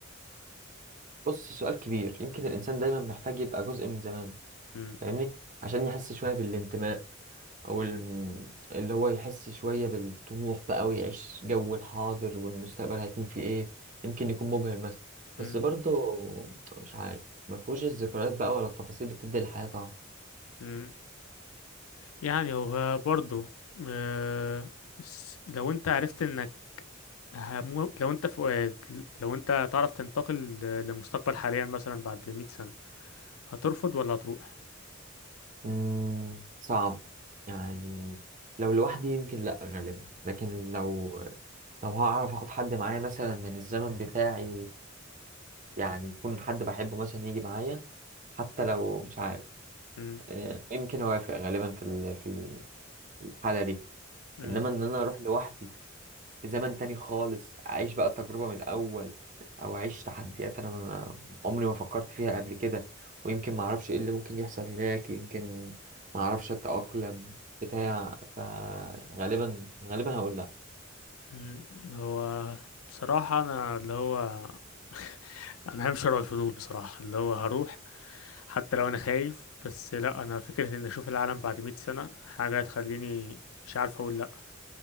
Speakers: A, on the right; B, on the left.
A: بص سؤال كبير يمكن الانسان دايما محتاج يبقى جزء من زمان
B: مم.
A: فاهمني عشان يحس شوية بالانتماء او الم- اللي هو يحس شوية بالطموح بقى ويعيش جو الحاضر والمستقبل هيكون فيه ايه يمكن يكون مبهر مثلا بس
B: مم.
A: برضه مش عارف ما فيهوش الذكريات بقى ولا التفاصيل اللي بتدي الحياة طبعا
B: مم. يعني هو برضه آه بس لو انت عرفت انك همو... لو انت في... لو انت تعرف تنتقل ل- للمستقبل حاليا مثلا بعد 100 سنة هترفض ولا هتروح؟
A: مم، صعب يعني لو لوحدي يمكن لا غالبا لكن لو لو هعرف اخد حد معايا مثلا من الزمن بتاعي يعني يكون حد بحبه مثلا يجي معايا حتى لو مش عارف
B: مم.
A: آه، يمكن اوافق غالبا في ال- في الحالة دي
B: مم.
A: انما ان انا اروح لوحدي في زمن تاني خالص اعيش بقى التجربه من الاول او اعيش تحديات انا ما عمري ما فكرت فيها قبل كده ويمكن ما اعرفش ايه اللي ممكن يحصل هناك يمكن ما اعرفش اتاقلم بتاع فغالبا غالبا هقول لا
B: مم. هو بصراحة أنا اللي هو <laughs> أنا بحب شراء الفضول بصراحة اللي هو هروح حتى لو أنا خايف بس لأ أنا فكرة إن أشوف العالم بعد مئة سنة حاجة هتخليني مش عارف أقول لأ